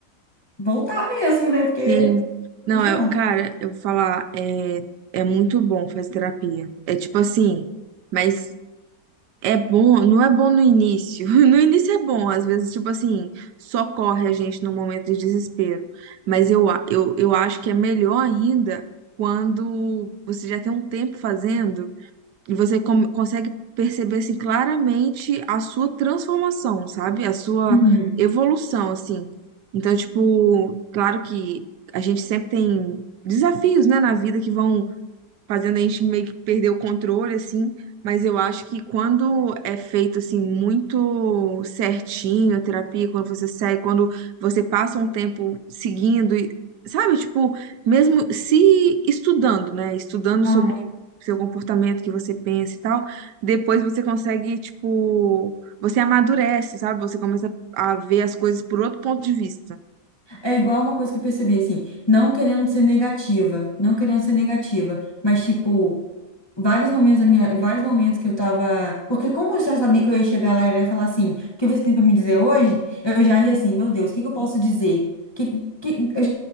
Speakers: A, on the left; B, on the right.
A: voltar mesmo, né? Porque
B: sim.
A: não
B: Não,
A: adianta.
B: eu, cara, eu vou falar, é, é muito bom fazer terapia. É tipo assim, mas É bom, não é bom no início. <laughs> No início é bom, às vezes, tipo assim, socorre a gente num momento de desespero. Mas eu, a- eu, eu acho que é melhor ainda quando você já tem um tempo fazendo e você com- consegue perceber, assim, claramente a sua transformação, sabe? A sua
A: Uhum.
B: evolução, assim. Então, tipo, claro que a gente sempre tem desafios, né, na vida que vão fazendo a gente meio que perder o controle, assim. Mas eu acho que quando é feito, assim, muito certinho a terapia, quando você segue, quando você passa um tempo seguindo, e, sabe? Tipo, mesmo se estudando, né? Estudando
A: Aham.
B: sobre seu comportamento, que você pensa e tal, depois você consegue, tipo, você amadurece, sabe? Você começa a ver as coisas por outro ponto de vista.
A: É igual uma coisa que eu percebi, assim, não querendo ser negativa, não querendo ser negativa, mas tipo, vários momentos da minha, vários momentos que eu tava. Porque como eu já sabia que eu ia chegar lá e ele ia falar assim, o que você tem pra me dizer hoje? Eu já ia assim, meu Deus, o que que eu posso dizer? Que, que...